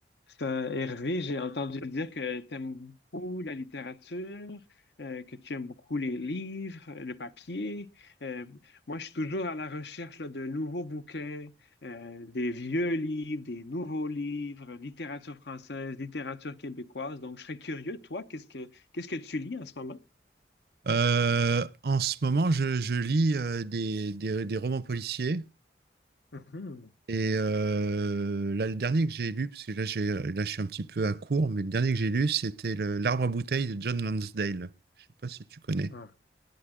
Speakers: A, on the left; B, on the right.
A: C'est un- Hervé, j'ai entendu dire que tu aimes beaucoup la littérature, euh, que tu aimes beaucoup les livres, euh, le papier. Euh, moi, je suis toujours à la recherche là, de nouveaux bouquins, euh, des vieux livres, des nouveaux livres, littérature française, littérature québécoise. Donc, je serais curieux, toi, qu'est-ce que qu'est-ce que tu lis en ce moment?
B: Euh, en ce moment, je, je lis euh, des, des- des romans policiers.
A: Mhm.
B: Et euh, là, le dernier que j'ai lu, parce que là, j'ai, là, je suis un petit peu à court, mais le dernier que j'ai lu, c'était le- L'Arbre à bouteilles de John Lansdale. Je sais pas si tu connais.
A: Ah.